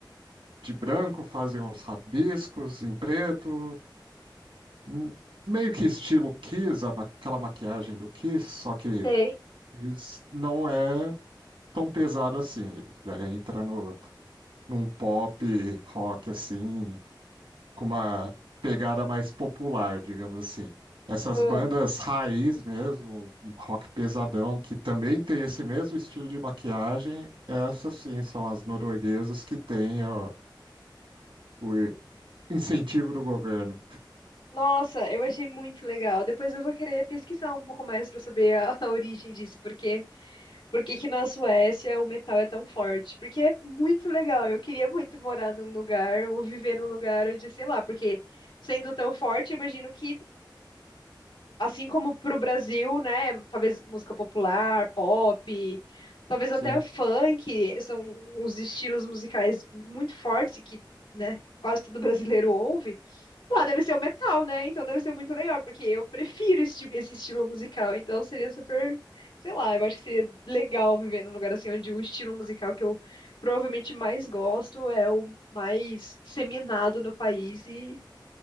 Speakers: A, on the right (about 85°); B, on the left (about 85°).
A: de branco, fazem uns rabiscos em preto, hum, meio que estilo Kiss, a ma- aquela maquiagem do Kiss, só que
B: Sei.
A: Kiss não é tão pesado assim, ele já entra no, num pop rock assim, com uma pegada mais popular, digamos assim. Essas
B: Ah,
A: bandas raiz mesmo, um rock pesadão, que também tem esse mesmo estilo de maquiagem, essas sim são as norueguesas que têm ó, o incentivo do governo.
B: Nossa, eu achei muito legal. Depois eu vou querer pesquisar um pouco mais para saber a, a origem disso, porque por que que na Suécia o metal é tão forte? Porque é muito legal. Eu queria muito morar num lugar ou viver num lugar onde, sei lá, porque sendo tão forte, imagino que assim como pro Brasil, né, talvez música popular, pop, talvez
A: Sim,
B: até funk, são os estilos musicais muito fortes que, né, quase todo brasileiro ouve. Ah, deve ser o metal, né? Então deve ser muito legal, porque eu prefiro esse, tipo- esse estilo musical. Então seria super, sei lá, eu acho que seria legal viver num lugar assim onde o estilo musical que eu provavelmente mais gosto é o mais disseminado no país e